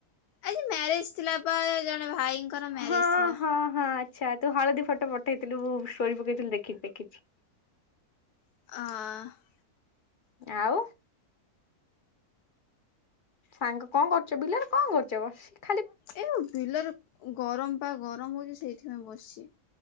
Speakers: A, on the left; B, on the left.
A: ଆଜି ମ୍ୟାରେଜ ଥିଲା ପା ଜଣେ ଭାଇଙ୍କର ମ୍ୟାରେଜ
B: ହଁ
A: ଥିଲା।
B: ହଁ ହଁ ଆ ଆଚ୍ଛା ତୁ ହଳଦୀ ଫଟୋ ପଠେଇଥିଲୁ ତୁ ଷ୍ଟୋରି ପକେଇଥିଲୁ ଦେଖିଛି, <unintelligible>
A: ଅହ।
B: ଆଉ। ସାଙ୍ଗ କଣ କରୁଚୁ ବିଲରେ କଣ କରୁଚୁ?
A: ଏଇବା ବିଲରେ ଗରମ ପା ଗରମ ହୋଉଚି ସେଇଥିପାଇଁ ବସଚି।